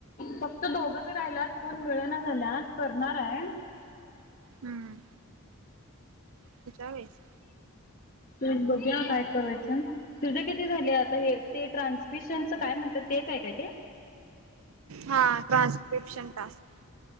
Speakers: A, on the left; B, on the right.
A: फक्त दोघंच राहिल्यात कोण मिेळना झाल्यात करणारय.
B: हम्म. तुझ्या वेस
A: तु बघू काय करायचं, तुझे किती झाले? आता हे ते ट्रान्सफिशनच काय म्हण तर तेचय काय ते?
B: हा ट्रान्स्क्रिप्शन टास्क